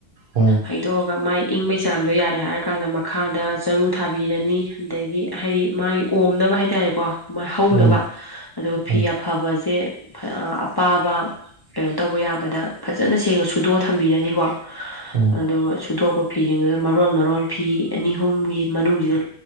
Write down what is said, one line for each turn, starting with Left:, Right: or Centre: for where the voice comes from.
Right: ꯎꯝ ꯎꯝ
Left: ꯍꯩꯗꯣꯛ ꯃꯥꯏ ꯏꯪꯕꯩ ꯆꯥꯡꯗꯣ ꯌꯥꯔꯦ ꯍꯥꯏꯔꯀꯥꯟꯗ ꯃꯈꯥꯗ ꯆꯔꯨ ꯊꯥꯕꯤꯔꯅꯤ ꯑꯗꯒꯤ ꯍꯥꯏꯗꯤ ꯃꯥꯒꯤ ꯑꯣꯝꯅꯕ ꯍꯥꯏꯇꯥꯔꯦꯀꯣ ꯃꯥ ꯍꯧꯅꯕ
Right: ꯎꯝ
Left: ꯑꯗꯨꯒ ꯐꯤ
Right: ꯎꯝ
Left: ꯑꯐꯕꯁꯦ ꯑꯄꯥꯕ ꯀꯩꯅꯣ ꯇꯧꯕ ꯌꯥꯕꯗ ꯐꯖꯅ ꯁꯦꯡꯅ ꯁꯨꯗꯣꯛꯑ ꯊꯝꯕꯤꯔꯅꯤꯀꯣ
Right: ꯎꯝ
Left: ꯑꯗꯨꯒ ꯁꯨꯗꯣꯛꯄ ꯐꯤꯁꯤꯡꯗꯨꯗ ꯃꯔꯣꯟ ꯃꯔꯣꯟ ꯐꯤ ꯑꯅꯤ ꯑꯍꯨꯝꯒꯤ ꯃꯅꯨꯡꯁꯤꯗ